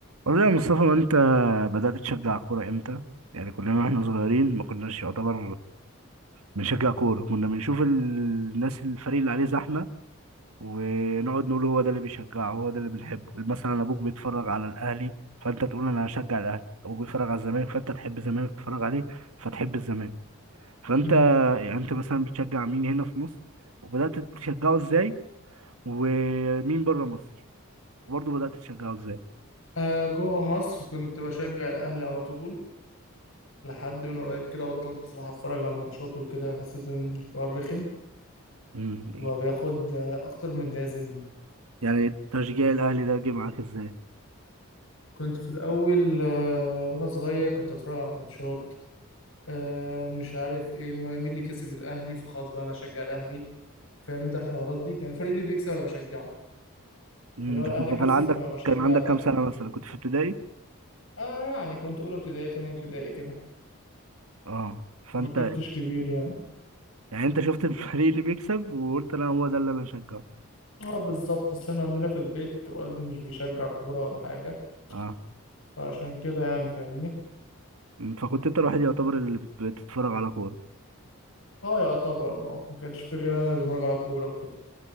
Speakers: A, on the right (about 85°); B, on the left (about 70°).
A: والله يا مصطفى ما انت بدأت تشجع كورة امتى؟ يعني كلنا واحنا صغيرين ما كناش يعتبر بنشجع كورة كنا بنشوف الناس الفريق اللي عليه زحمة ونقعد نقول هو ده اللي بيشجعه هو ده اللي بنحبه مثلا ابوك بيتفرج على الاهلي فانت تقول انا هشجع الاهلي ابوك بيتفرج على الزمالك فانت تحب الزمالك تتفرج عليه فتحب الزمالك فانت
B: امم
A: يعني انت مثلا بتشجع مين هنا في مصر وبدأت تشجعه ازاي ومين بره مصر وبرضه بدأت تشجعه ازاي؟
B: آه جوه مصر كنت بشجع الاهلي على طول لحد من قريب كده بطلت بصراحه اتفرج على الماتشات وكده حسيت ان الحوار رخم
A: امم.
B: وبقى بياخد آه، اكتر من لازم
A: يعني تشجيع الاهلي ده جه معاك ازاي؟
B: كنت في الاول آه وانا صغير كنت اتفرج على الماتشات آه مش عارف ايه ما- مين اللي كسب الاهلي فخلاص بقى انا اشجع الاهلي فاهم انت الحوارات دي كان الفريق اللي بيكسب انا بشجعه
A: امم
B: اللي هو
A: ده
B: الاهلي
A: ده
B: كسب
A: كان عندك
B: فانا بشجع
A: كان عندك
B: الاهلي
A: كام سنة
B: كده
A: مثلا كنت في ابتدائي
B: اه يعني كنت اولى ابتدائي تانية ابتدائي كده
A: اه فانت
B: ما كنتش كبير يعني
A: يعني انت شفت الفريق اللي بيكسب وقلت انا هو ده اللي انا هشجعه
B: اه بالظبط بس احنا عندنا في البيت والدي مش بيشجع كورة ولا حاجة
A: اه
B: فعشان كده يعني فاهمني
A: أمم، فكنت انت الوحيد يعتبر اللي بت- بتتفرج على كورة
B: اه يعتبر اه ما كانش في غير انا اللي بتفرج على كورة وكده